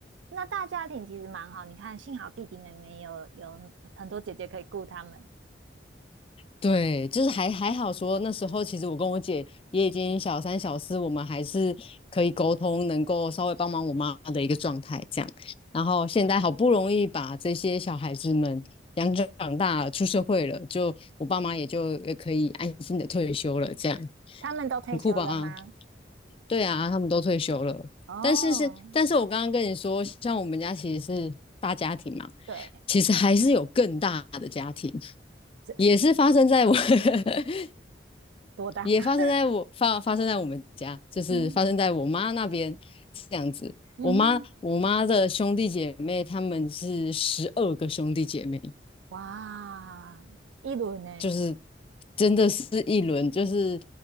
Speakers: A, on the right; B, on the left.
A: 那大家庭其实蛮好。你看，幸好弟弟妹妹有有很多姐姐可以顾他们。
B: 对，就是还还好说，那时候其实我跟我姐也已经小三小四，我们还是可以沟通，能够稍微帮忙我妈的一个状态这样。然后现在好不容易把这些小孩子们养长长大了，出社会了，就我爸妈也就也可以安心的退休了，这样
A: 他们都退休了吗？
B: 很酷吧？啊，对啊，他们都退休了，
A: 哦，
B: 但是是，但是我刚刚跟你说，像我们家其实是大家庭嘛，
A: 对，
B: 其实还是有更大的家庭。
A: 这是
B: 也是发生在我 <laughs>
A: 多大？
B: 也发生在我发发生在我们家，
A: <laughs>
B: 就是发生在我妈那边
A: 嗯
B: 这样子。
A: 嗯哼
B: 我妈我妈的兄弟姐妹，他们是十二个兄弟姐妹，
A: 哇，一轮呢？
B: 就是真的是一轮，就是